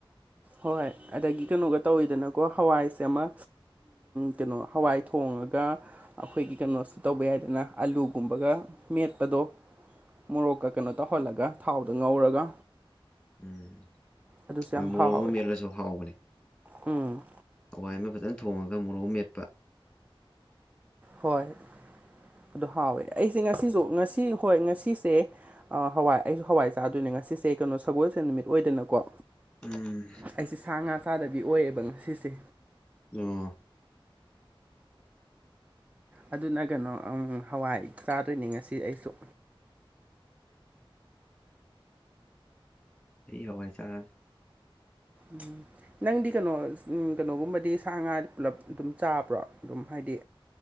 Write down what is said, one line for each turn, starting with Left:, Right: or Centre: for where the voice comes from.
Right: ꯍꯣꯏ ꯑꯗꯒꯤ ꯀꯩꯅꯣꯒ ꯇꯧꯋꯤꯗꯅꯀꯣ ꯍꯋꯥꯏꯁꯦ ꯑꯃ ꯀꯩꯅꯣ ꯍꯋꯥꯏ ꯊꯣꯡꯉꯒ ꯑꯩꯈꯣꯏꯒꯤ ꯀꯩꯅꯣꯁꯤ ꯇꯧꯕ ꯌꯥꯏꯗꯅ ꯑꯂꯨꯒꯨꯝꯕꯒ ꯃꯦꯠꯄꯗꯣ꯫ ꯃꯣꯔꯣꯛꯀ ꯀꯩꯅꯣ ꯇꯧꯍꯜꯂꯒ ꯊꯥꯎꯗ ꯉꯧꯔꯒ꯫
Centre: ꯎꯝ
Right: ꯑꯗꯨꯁꯨ
Centre: ꯍꯣꯏ
Right: ꯌꯥꯝ ꯍꯥꯎꯋꯦ
Centre: ꯃꯣꯔꯣꯛ ꯑꯃ ꯃꯦꯠꯂꯁꯨ ꯍꯥꯎꯕꯅꯤ꯫
Right: ꯎꯝ
Centre: ꯍꯋꯥꯏ ꯑꯃ ꯐꯖꯅ ꯊꯣꯡꯉꯒ ꯃꯣꯔꯣꯛ ꯃꯦꯠꯄ꯫
Right: ꯍꯣꯏ ꯑꯗꯨ ꯍꯥꯎꯋꯦ ꯑꯩꯁꯦ ꯉꯁꯤꯁꯨ ꯉꯁꯤ ꯍꯣꯏ ꯉꯁꯤꯁꯦ ꯑ ꯍꯋꯥꯏ ꯑꯩꯁꯨ ꯍꯋꯥꯏ ꯆꯥꯗꯣꯏꯅꯦ ꯉꯁꯤꯁꯦ ꯀꯩꯅꯣ ꯁꯒꯣꯜꯁꯦꯜ ꯅꯨꯃꯤꯠ ꯑꯣꯏꯗꯅꯀꯣ
Centre: ꯎꯝ
Right: ꯑꯩꯁꯦ ꯁꯥ ꯉꯥ ꯆꯥꯗꯕꯤ ꯑꯣꯏꯌꯦꯕ ꯉꯁꯤꯁꯦ
Centre: ꯑꯣ
Right: ꯑꯗꯨꯅ ꯀꯩꯅꯣ ꯑꯝ ꯍꯋꯥꯏ ꯆꯥꯗꯣꯏꯅꯤ ꯉꯁꯤ ꯑꯩꯁꯨ
Centre: ꯑꯩ ꯍꯋꯥꯏ ꯆꯥꯔꯅꯤ
Right: ꯎꯝ ꯅꯪꯗꯤ ꯀꯩꯅꯣ ꯎꯝ ꯀꯩꯅꯣꯒꯨꯝꯕꯗꯤ ꯁꯥ ꯉꯥꯗꯤ ꯄꯨꯂꯞ ꯑꯗꯨꯝ ꯆꯥꯕ꯭ꯔꯣ ꯑꯗꯨꯝ ꯍꯥꯏꯗꯤ